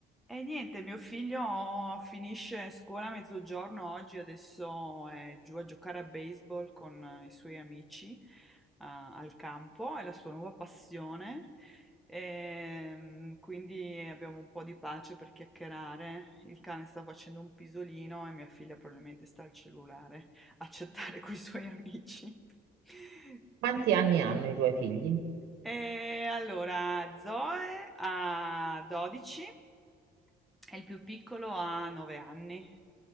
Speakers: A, in the centre; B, on the right.
A: E niente, mio figlio finisce scuola a mezzogiorno oggi, adesso è giù a giocare a baseball con eh, i suoi amici eh, al campo, è la sua nuova passione, Ehm, quindi abbiamo un po' di pace per chiacchierare. Il cane sta facendo un pisolino e mia figlia probabilmente sta al cellulare a chattare <laughs> con i suoi amici. <laughs>
B: Quanti anni hanno i tuoi figli?
A: E allora, Zoe ha 12 e il più piccolo ha 9 anni.